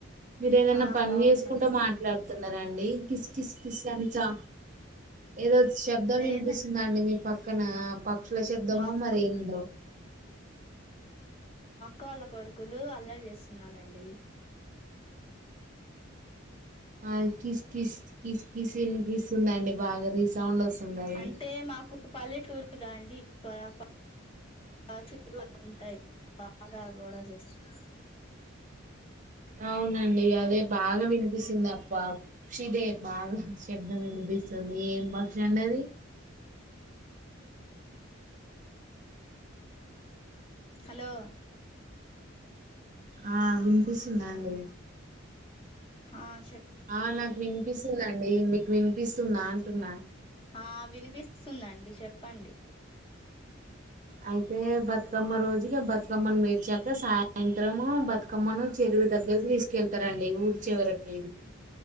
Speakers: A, on the right; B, on the left.
A: మీరు ఏదైనా
B: ఆ
A: పని
B: బాగున్నారు
A: చేసుకుంటా మాట్లాడుతున్నారా అండి కిస్కిస్కిస్ <unintelligible> చ ఏదో శబ్దం
B: లేదండి
A: వినిపిస్తుంద అండి మీ పక్కన పక్షుల శబ్దమో
B: మా అక్క
A: మరి ఏందో
B: కోళ్ళ కొడుకులు అల్లర చేస్తున్నారు అండి
A: ఆ కిస్ కిస్ కిస్ కిస్ వినిపిస్తుంది అండి బాగా రీసౌండ్ వస్తుంది అది
B: అంటే మాకు పల్లెటూరు గాండి ఉంటాయి పక్షులు బాగా గొడవ చేస్తాయి
A: అవునండి అదే బాగా వినిపిస్తుంది ఆ పక్షిదే బాగా శబ్దం వినిపిస్తుంది ఏం పక్షి అండి అది
B: హలో
A: ఆ వినిపిస్తున్నాండి
B: హ
A: ఆ నాకు విన్ వినిపిస్తుందండి మీకు వినిపిస్తుందా అంటున్నా
B: ఆ వినిపిస్ వస్తుందండి చెప్పండి
A: అయితే బతుకమ్మ రోజుకి బతుకమ్మను పెర్చక సాయంత్రము బతుకమ్మను చెరువు దగ్గరకి తీసుకెళ్తారండి ఊరి చివరికి